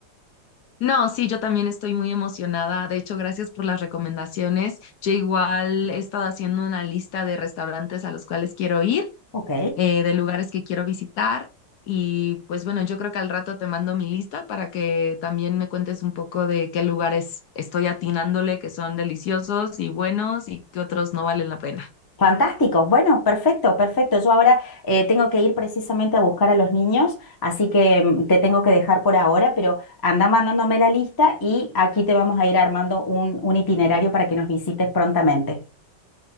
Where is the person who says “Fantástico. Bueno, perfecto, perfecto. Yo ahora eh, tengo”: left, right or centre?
Left